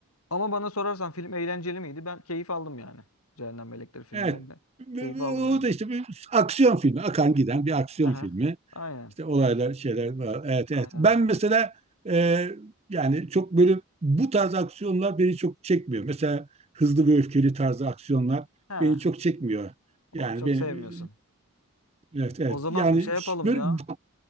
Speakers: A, on the left; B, on the right.
A: Ama bana sorarsan film eğlenceli miydi? Ben keyif aldım yani. Cehennem Melekleri filminden
B: Evet.
A: de keyif aldım
B: O
A: yani.
B: da işte bir aksiyon filmi, akan giden bir aksiyon
A: Aha.
B: filmi.
A: Aynen.
B: İşte olaylar, şeyler var. Evet, evet.
A: Aynen.
B: Ben mesela e, yani çok böyle bu tarz aksiyonlar beni çok çekmiyor. Mesela hızlı ve öfkeli tarzı aksiyonlar
A: He.
B: beni çok çekmiyor. Yani
A: O çok
B: beni,
A: sevmiyorsun.
B: evet, evet.
A: O zaman
B: Yani
A: şey yapalım
B: ş- böyle
A: ya.
B: bu